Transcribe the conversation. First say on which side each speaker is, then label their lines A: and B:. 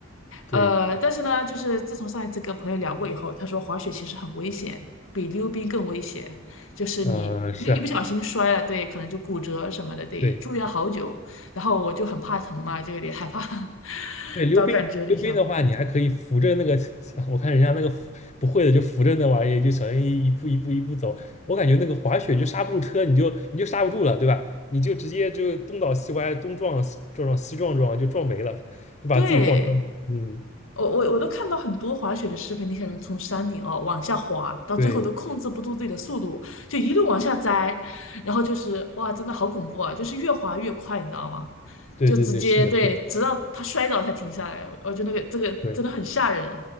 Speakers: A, on the left (about 35°); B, on the left (about 80°).
A: 对，
B: 呃，但是呢，就是自从上一次跟朋友聊过以后，他说滑雪其实很危险，比溜冰更危险。就是你一个一不小心摔了，
A: 呃，是啊，
B: 对，可能就骨折什么的，得住院好久。
A: 对。
B: 然后我就很怕疼嘛，就有点害怕，<laughs>
A: 对，溜冰，
B: 到感觉有点想放弃。
A: 溜冰的话，你还可以扶着那个，<laughs> 我看人家那个扶不会的就扶着那玩意就小心翼翼一步一步一步走。我感觉那个滑雪就刹不住车，你就你就刹不住了，对吧？你就直接就东倒西歪，东撞西撞撞西撞撞，就撞没了，就把自己撞伤了嗯，
B: 对，我我我都看到很多滑雪的视频，那些人从山顶哦往下滑，到最后都控制不住自己的速度，
A: 对
B: 就一路往下栽，然后就是哇，真的好恐怖啊！就是越滑越快，你知道吗？
A: 对对对，
B: 就直接对，
A: 是的，是的，
B: 直到他摔倒才停下来。我我觉得那个这个真的很吓人，
A: 对